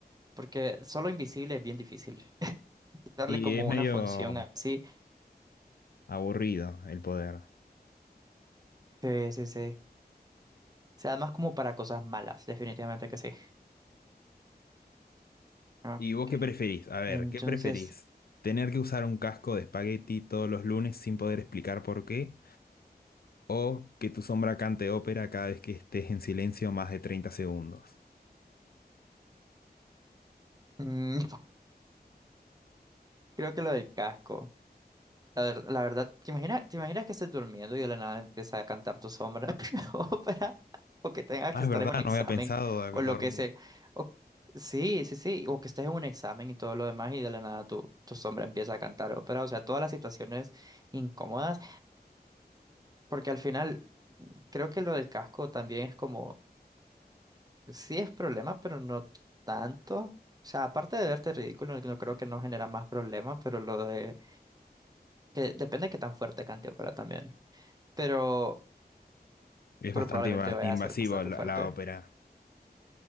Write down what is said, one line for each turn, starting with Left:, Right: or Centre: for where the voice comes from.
Right: porque solo invisible es bien difícil. Darle
Left: Y
Right: como
Left: es medio
Right: una función así.
Left: aburrido el poder.
Right: Sí, sí, sí. O sea, más como para cosas malas, definitivamente que sí. Ah,
Left: ¿Y vos
Right: Ok.
Left: qué preferís? A ver,
Right: Entonces,
Left: ¿qué preferís? ¿Tener que usar un casco de espagueti todos los lunes sin poder explicar por qué? ¿O que tu sombra cante ópera cada vez que estés en silencio más de 30 segundos?
Right: mm, <laughs> creo que lo del casco. La, ver- la verdad, ¿te imaginas, te imaginas que estés durmiendo y de la nada empieza a cantar tu sombra? <laughs> Ópera. O que tengas
Left: Ah,
Right: que estar
Left: es verdad,
Right: en un examen.
Left: no había pensado
Right: O
Left: de
Right: lo
Left: dormir.
Right: que sea. O, sí, sí, sí. O que estés en un examen y todo lo demás y de la nada tu, tu sombra empieza a cantar ópera. O sea, todas las situaciones incómodas. Porque al final, creo que lo del casco también es como. Sí es problema, pero no tanto. O sea, aparte de verte ridículo, no creo que no genera más problema, pero lo de que depende de qué tan fuerte cante ópera también. Pero,
Left: Es
Right: pero
Left: bastante
Right: probablemente
Left: inva-
Right: vaya
Left: invasivo
Right: a ser bastante
Left: la,
Right: fuerte.
Left: la ópera.